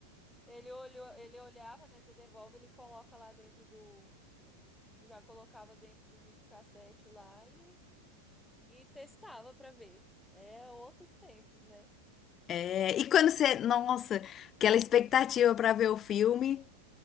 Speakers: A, in the centre; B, on the left (about 30°).
A: ele olhou, ele olhava, né, você devolve, ele coloca lá dentro do, já colocava dentro do videocassete lá e, e testava pra ver. É, outros tempos, né?
B: É, e quando você, nossa, aquela expectativa para ver o filme.